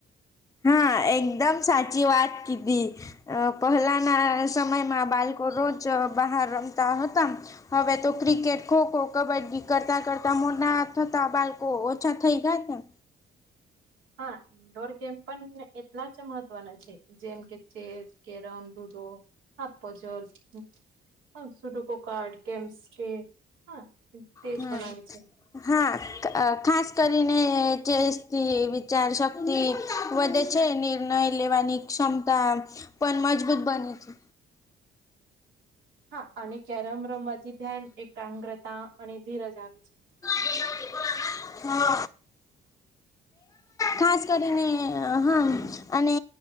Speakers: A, on the left; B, on the right.
A: હા એકદમ સાચી વાત કીધી અ પહેલાના સમયમાં બાળકો રોજ બહાર રમતા હતા હવે તો ક્રિકેટ, ખોખો કબડ્ડી કરતાં કરતાં મોટા થતા બાળકો ઓછા થઈ ગયા
B: હા ઇન્ડોર ગેમ પણ એટલા જ મહત્વના છે. જેમ કે ચેસ, કેરમ, લુડો, હપજલ હ સુડુકો કાર્ડ, કેમ્સ કે હ તેજ
A: હા.
B: બનાવે છે.
A: હા ખાસ કરીને જે વિચારશક્તિ વધે છે, નિર્ણય લેવાની ક્ષમતા પણ મજબૂત બને છે.
B: હા અને કેરમ રમવાથી ધ્યાન એકાગ્રતા અને ધીરજ આવે છે.
A: <unintelligible> ખાસ કરીને, હા. અને